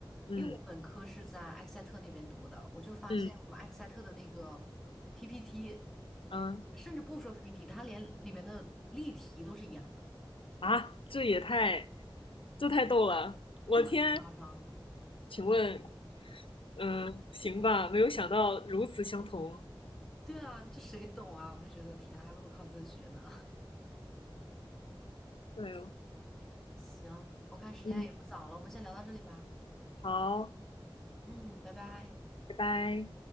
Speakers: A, on the left (about 80°); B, in the centre.
A: 嗯
B: 因为我本科是在埃克塞特那边读的，我就发现我们埃克塞特的那个
A: 嗯
B: PPT。
A: 嗯
B: 甚至不说 PPT，它连里面的例题都是一样的，
A: 啊，这也太这太逗了！我天，
B: 就很夸张。
A: 请问，嗯，行吧，没有想到如此相同。
B: 对啊，这谁懂啊？我就觉得天啊，还不如靠自学呢。
A: 哎呦，
B: <laughs> 行，我看时间也不早了，
A: 嗯，
B: 我们先聊到这里吧。
A: 好，
B: 嗯，拜拜。
A: 拜拜。